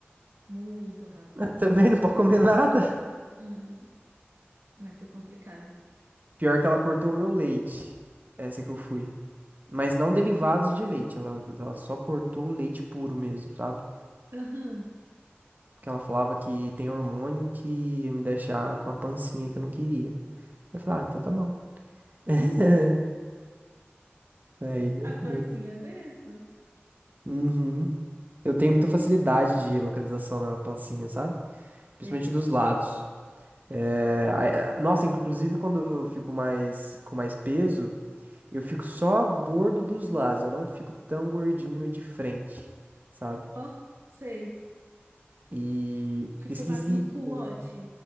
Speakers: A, on the right; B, on the right.
A: Muito rápido
B: <laughs>
A: eu emagreci.
B: Também não pode comer nada.
A: Uhum. Mas foi complicado.
B: Pior que ela cortou o meu leite. Essa que eu fui. Mas não derivados de leite. Ela, ela só cortou o leite puro mesmo, sabe?
A: Aham.
B: Porque ela falava que tem hormônio que ia me deixar com a pancinha que eu não queria. Eu falei, ah, então tá bom. <laughs> Aí deu
A: A pancinha
B: certo.
A: dessa?
B: Uhum. Eu tenho muita facilidade de localização na pancinha, sabe? Principalmente
A: Sei.
B: dos lados. É, a- a- nossa, inclusive quando eu fico mais com mais peso, eu fico só gordo dos lados, eu não fico tão gordinho de frente, sabe?
A: Ó, sei.
B: E
A: Tipo
B: fica esquisito,
A: na- no culote.
B: né?